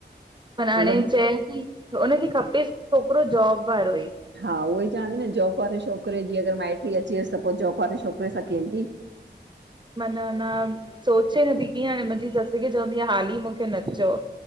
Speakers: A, on the right; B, on the right.
A: पर हाणे
B: मतिलबु
A: चएन थी हुनखे खपेसि छोकिरो जॉब वारो ई।
B: हा उहो ई चवंदी न जॉब वारे छोकिरे जी अगरि माइटी अची वियुसि त पोइ जॉब वारे छोकिरे सां कें?
A: मन न सोचे नथी कीअं हाणे मुंहिंजी ससु खे चवंदी आह, हाली मूंखे न चओ।